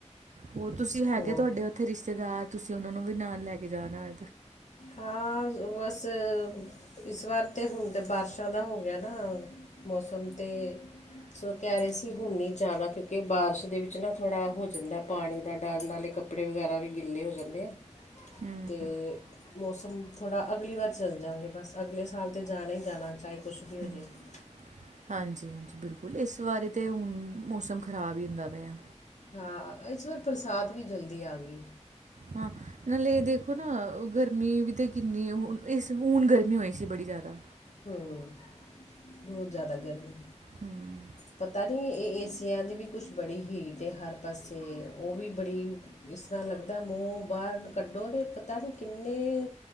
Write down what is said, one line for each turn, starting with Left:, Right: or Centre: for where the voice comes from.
Right: ਹੋਰ ਤੁਸੀਂ, ਹੈਗੇ
Left: ਹੋਰ
Right: ਤੁਹਾਡੇ ਉੱਥੇ, ਰਿਸ਼ਤੇਦਾਰ। ਤੁਸੀਂ ਉਹਨਾ ਨੂੰ ਵੀ, ਨਾਲ ਲੈ ਕੇ ਜਾਣਾ।
Left: ਹਾਂ। ਬਸ ਇਸ ਵਾਰ ਤੇ, ਹੁਣ ਤੇ ਬਾਰਿਸ਼ਾਂ ਦਾ ਹੋ ਗਿਆ ਨਾ। ਮੌਸਮ ਤੇ। ਸੋ ਕਹਿ ਰਹੇ ਸੀ। ਹੁਣ ਨਹੀਂ ਜਾਣਾ। ਕਿਉਂਕਿ ਬਾਰਿਸ਼ ਦੇ ਵਿੱਚ ਨਾ, ਥੋੜਾ ਹੋ ਜਾਂਦਾ ਏ। ਪਾਣੀ ਦਾ ਡਰ, ਨਾਲੇ ਕੱਪੜੇ। ਕੱਪੜੇ ਵਗੈਰਾ ਵੀ, ਗਿੱਲੇ ਹੋ ਜਾਂਦੇ ਆ।
Right: ਹੂੰ
Left: ਤੇ ਮੌਸਮ ਥੋੜਾ ਅਗਲੀ ਵਾਰ, ਚੱਲ ਜਾਂਗੇ ਬਸ, ਅਗਲੇ ਸਾਲ ਤਾਂ ਜਾਣਾ ਹੀ ਜਾਣਾ। ਚਾਹੇ ਕੁਛ ਵੀ ਹੋ
Right: ਹੂੰ,
Left: ਜਾਵੇ।
Right: ਹਾਂਜੀ- ਹਾਂਜੀ, ਬਿਲਕੁਲ ਇਸ ਬਾਰੇ ਤੇ, ਹੁਣ ਮੌਸਮ ਖ਼ਰਾਬ ਹੀ ਹੁੰਦਾ ਪਿਆ।
Left: ਹਾਂ, ਇਸ ਵਾਰ, ਬਰਸਾਤ ਵੀ ਜਲਦੀ, ਆ ਗਈ।
Right: ਹਾਂ। ਨਾਲੇ ਦੇਖੋ ਨਾ। ਗਰਮੀ ਵੀ ਤੇ ਕਿੰਨੀ। ਹੁਣ ਗਰਮੀ ਹੋਈ ਸੀ। ਬੜੀ ਜ਼ਿਆਦਾ।
Left: ਹੂੰ। ਬਹੁਤ ਜ਼ਿਆਦਾ ਗਰਮੀ।
Right: ਹੂੰ
Left: ਪਤਾ ਨੀ, ਇਹ ਏਸੀਆਂ ਦੀ ਵੀ, ਕੁਛ ਬੜੀ ਹੀਟ ਹੈ। ਹਰ ਪਾਸੇ, ਉਹ ਵੀ ਬੜੀ। ਇਸ ਤਰਾਂ ਲੱਗਦਾ, ਮੂੰਹ ਬਾਹਰ ਕੱਢੋ ਤੇ, ਪਤਾ ਨੀ ਕਿੰਨੇ।